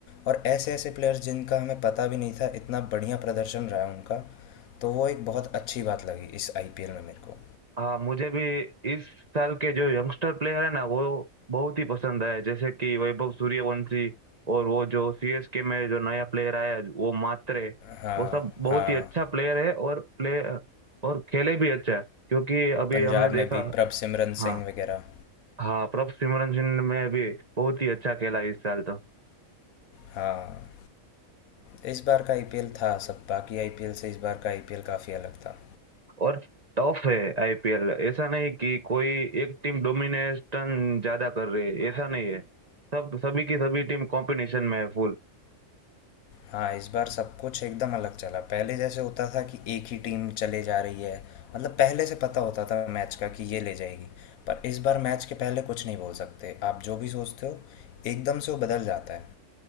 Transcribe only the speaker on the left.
और ऐसे ऐसे प्लेयर्स जिनका हमें पता भी नहीं था इतना बढ़िया प्रदर्शन रहा है उनका तो वो एक बहुत अच्छी बात लगी इस आईपीएल में मेरे को
हाँ
हाँ
पंजाब
में भी प्रभ सिमरन
सिंह वगैरह
हाँ इस बार का आईपीएल था सब बाकी आईपीएल से इस बार का आईपीएल काफ़ी अलग था
हाँ, इस बार सब कुछ एकदम अलग चला। पहले जैसे होता था कि एक ही टीम चले जा रही है, मतलब पहले से पता होता था मैच का कि ये ले जाएगी। पर इस बार मैच के पहले कुछ नहीं बोल सकते। आप जो भी सोचते हो, एकदम से वो बदल जाता है।